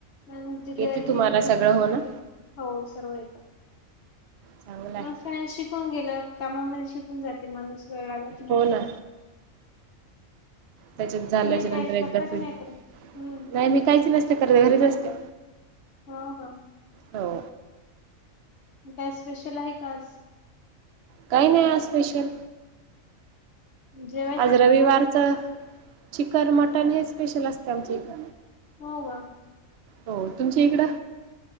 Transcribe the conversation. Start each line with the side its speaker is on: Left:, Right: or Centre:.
Left: आम्ही डिलेवरी
Right: येते तुम्हाला
Left: केली पेशंटची.
Right: सगळं हो ना
Left: हो सर्व येतं
Right: चांगलं आहे
Left: एक <unintelligible> शिकून गेलं कामामध्ये शिकून जाते माणूस वेळ लागत नाही
Right: हो ना. त्यांच्यात झाल्याच्या
Left: तुम्ही काय
Right: नंतर
Left: करता
Right: एकदा,
Left: की
Right: कणी
Left: नाही करत हम्म
Right: नाही मी काहीच नस काय करते, घरीच असते.
Left: हो का?
Right: हो.
Left: काय स्पेशल आहे का आज?
Right: काही नाही आज स्पेशल
Left: जेवायसाठी
Right: आज रविवारचं
Left: हो
Right: चिकन मटन हेच स्पेशल असत आमच्या इथ.
Left: हो ग.
Right: हो तुमच्या इकडं?